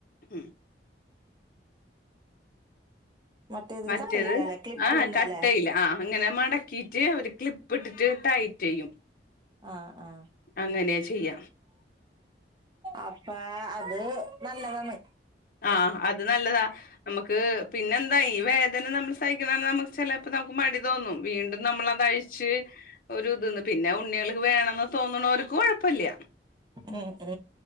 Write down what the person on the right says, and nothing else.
മറ്റേതിൽ
കട്ടയില്ലാല്ലേ ക്ലിപ്പ്
ഇടുന്താല്ലേ
ആഹ് ആഹ്
അപ്പാഅത് നല്ലതാണ്
ഉം ഉം